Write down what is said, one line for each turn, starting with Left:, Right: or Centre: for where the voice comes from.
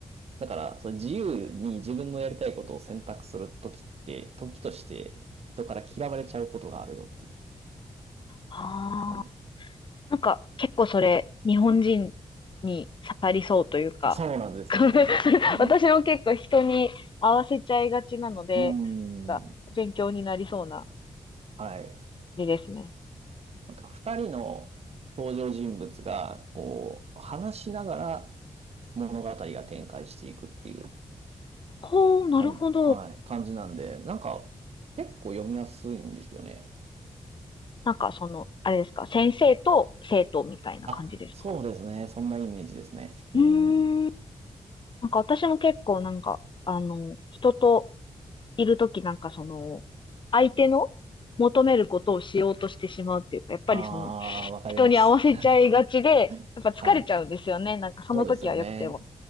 Right: だから、その自由に自分のやりたいことを選択するときって、時として人から嫌われちゃうことがあるよっていう。
Left: あー。
Right: う
Left: なんか結構それ、日本人に刺さりそうというか、
Right: ん、そうなんですよね。
Left: <laughs>
Right: <laughs> う
Left: 私も結構人に合わせちゃいがちなので、
Right: ーん。
Left: なんか勉強になりそうな
Right: はい。
Left: 字ですね。
Right: なんか、二人の登場人物が、こう、話しながら物語が展開していくっていう
Left: ほう、なるほど。
Right: かん、はい、感じなんで、なんか、結構読みやすいんですよね。
Left: なんかその、あれですか、先生と生徒みたいな感じですか
Right: あ、そうですね。そんなイメージですね。うん。
Left: うーん。
Right: うん、
Left: なんか私も結構なんか、あの、人といるときなんかその、相手の求めることをしようとしてしまうっていうか、やっぱりその、
Right: ああ、わかります。
Left: 人に合わせちゃいがちで、
Right: <laughs>
Left: やっぱ疲れちゃうんですよね。
Right: はい。
Left: なんかその時は良くても。
Right: そうですよね。